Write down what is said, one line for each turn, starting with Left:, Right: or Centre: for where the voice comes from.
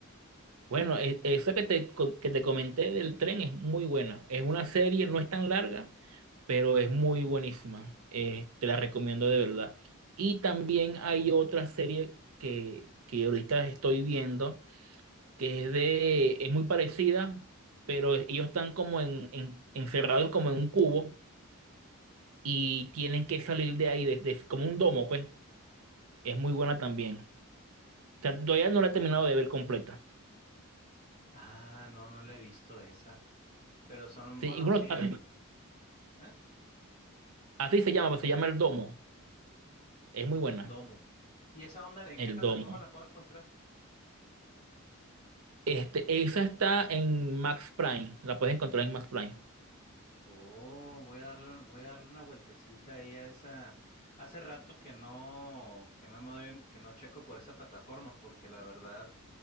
Right: Bueno, e- esa que te, co- que te comenté del tren es muy buena. Es una serie, no es tan larga, pero es muy buenísima. Eh, te la recomiendo de verdad. Y también hay otra serie que, que ahorita estoy viendo, que es de, es muy parecida, pero ellos están como en, en- encerrados como en un cubo y tienen que salir de ahí, desde como un domo, pues. Es muy buena también. O sea, todavía no la he terminado de ver completa.
Left: Ah, no, no la he visto esa. Pero son,
Right: Sí,
Left: bueno,
Right: y bueno,
Left: sí.
Right: a-
Left: ¿eh?
Right: así se llama, pues se llama El Domo.
Left: Mm,
Right: Es muy buena,
Left: El domo. ¿Y esa onda en
Right: El
Left: qué plataforma
Right: Domo.
Left: la puedo encontrar?
Right: Este, esa está en Max Prime, la puedes encontrar en Max Prime.
Left: Oh, voy a darle, un- voy a darle una vueltecita ahí a esa. Hace rato que no, que no me doy, un- que no checo por esa plataforma, porque la verdad,